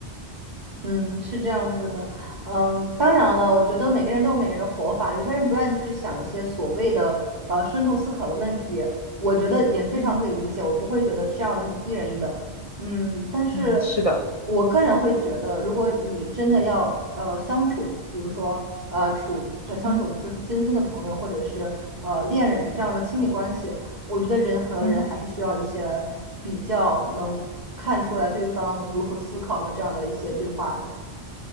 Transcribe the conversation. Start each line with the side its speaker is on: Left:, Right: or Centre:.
Right: 嗯，是这样子的，嗯，当然了，我觉得每个人都有每个人的活法，有些人不愿意去想一些所谓的呃深度思考的问题，我觉得也非常可以理解，
Left: 嗯
Right: 我不会觉得这样就是低人一等，嗯，但是
Left: 嗯嗯，是的。
Right: 我个人会觉得，如果你真的要呃相处，比如说呃处这相处就是真心的朋友或者是呃恋人这样的亲密关系，
Left: 嗯
Right: 我觉得人和人还是需要一些比较能看出来对方如何思考的这样的一些对话的。
Left: 嗯。